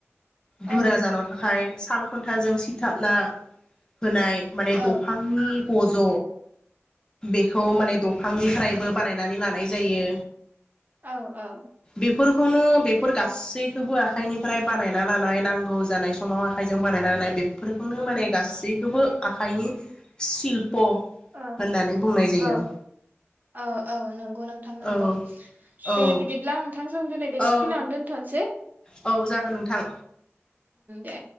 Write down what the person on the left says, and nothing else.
गोरा
जानो थाखाय। साल खुन्थाजों सिथाबना होनाय माने
दंफांनि गज' बेखौ माने दंफांनिफ्रायबो बानायनानै लानाय जायो।
बेफोरखौनो बेफोर गासैखौबो आखाइनिफ्राय बानायना लानाय नांगौ जानाय समाव आखाइजों बानायना लानाय बेफोरखौनो माने गासैखौबो आखाइनि शिल्प'
होननानै बुंनाय जायो
औ
औ
औ
औ जागोन नोंथां